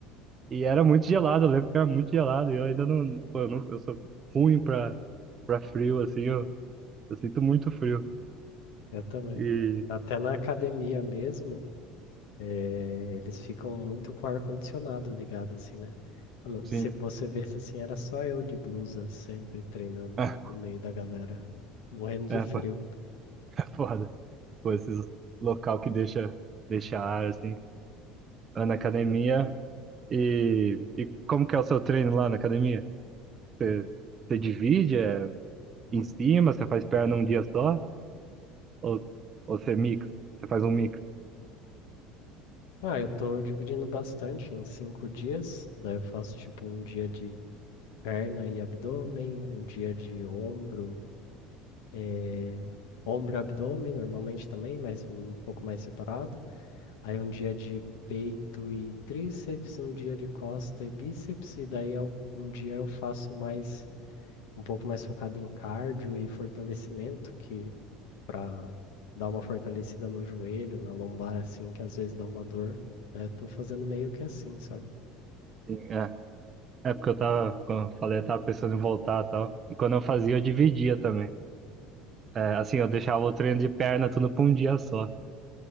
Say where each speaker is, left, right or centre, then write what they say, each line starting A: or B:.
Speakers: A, on the right; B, on the left.
A: E era muito gelado, eu lembro que era muito gelado. E eu ainda não. Pô, eu, não, eu sou ruim pra, pra frio, assim, eu, eu sinto muito frio.
B: Eu também.
A: E
B: Até na academia mesmo, eh, eles ficam muito com o ar-condicionado ligado, assim, né? Mano,
A: sim,
B: se você vesse assim, era só eu de blusa sempre treinando
A: <laughs> ah,
B: lá no meio da galera, morrendo
A: é,
B: de frio.
A: pô, é foda. Pô, esses local que deixa, deixa ar, assim. Ah, Na academia. E, e como que é o seu treino lá na academia? Você, você divide é, em cima, você faz perna um dia só? Ou, ou você mix? Você faz um mix?
B: Ah, eu tô dividindo bastante em cinco dias. Daí eu faço tipo um dia de perna e abdômen, um dia de ombro, eh, ombro e abdômen normalmente também, mas um pouco mais separado. Aí um dia de peito e tríceps, um dia de costa e bíceps, e daí eu- um dia eu faço mais um pouco mais focado em cardio e fortalecimento, que para dar uma fortalecida no joelho, na lombar assim, que às vezes dá uma dor. né? Eu tô fazendo meio que assim, sabe?
A: Sim, é. É porque eu tava, como eu falei, eu tava pensando em voltar e tal. E quando eu fazia, eu dividia também. É, assim, eu deixava o treino de perna tudo pra um dia só.